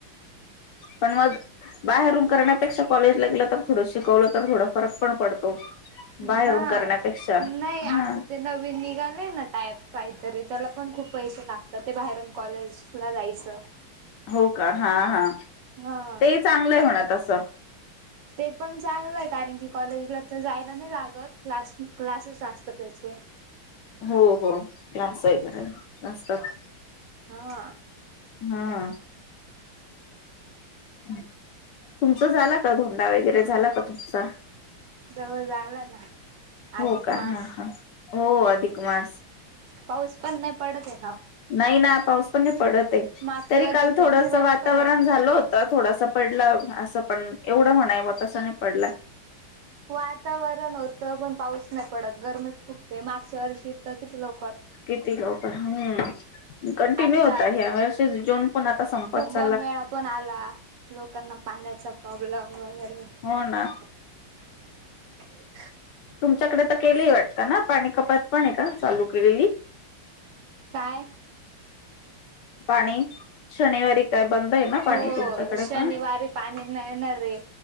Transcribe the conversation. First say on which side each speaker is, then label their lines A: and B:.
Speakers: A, on the left; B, on the right.
A: पण मग बाहेरून करण्यापेक्षा कॉलेजला गेलं तर थोडं शिकवलं तर थोडं फार फरक पण पडतो. बाहेरून
B: हां
A: करण्यापेक्षा
B: नाही आता
A: हा
B: ते नवीन निघालय ना टाईप काहीतरी त्याला पण खूप पैसे लागतात, ते बाहेरून कॉलेज ला जायचं.
A: हो का हा हा,
B: हा
A: ते चांगलं हाय म्हणा तस.
B: ते पण चांगलं ए कारण की कॉलेजला तर जायला नाही लागत क्लास क्लासेस असतात त्याचे.
A: हो हो क्लास हाय खर असतात.
B: हा.
A: हां. तुमच झाला का धोंडा वगैरे झाला का तुमचा?
B: जवळ झाला ना.
A: हो
B: अधिक
A: का
B: मास,
A: हा हा हो अधिक मास
B: पाऊस पण नाई पडत ए.
A: नाई ना पाऊस पण नाई पडत ए,
B: मागच्या
A: तरी
B: वर्षी
A: काल
B: तर
A: थोडस
B: किती लवकर
A: वातावरण
B: होता.
A: झालं होतं थोडस पडला असं पण एवढं म्हणायव तसा नाई पडला.
B: वातावरण होतं पण पाऊस नाई पडत गरमी खूप ए मागच्या वर्षी तर किती लव
A: किती लवकर, हम् कंटिन्यू
B: आता
A: होता ह्या वर्षी जून पण आता संपत चाल
B: मेळा पण आला लोकांना पाण्याचा प्रॉब्लेम वगैरे
A: हो ना
B: <inaudible> <inaudible>
A: तुमच्याकडे तर केलिए वाटत ना पाणी कपात पण ये का चालू केलेली?
B: काय
A: पाणी शनिवारी बंद आहे ना
B: हो
A: पाणी तुमच्याकडे
B: शनिवारी
A: पण?
B: पाणी नाही येणार रे.